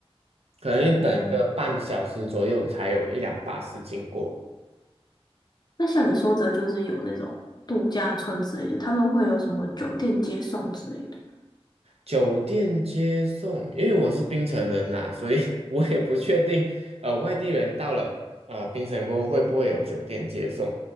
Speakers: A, on the right (about 75°); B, on the left (about 40°).
A: 可能你等一个半小时左右才有一辆巴士经过。
B: 哦，那像你说的，就是有那种度假村之类的，他们会有什么酒店接送之类的，
A: 酒店接送，因为我是槟城人呐、所以 <laughs> 我也不确定，呃，外地人到了呃槟城过后会不会有酒店接送，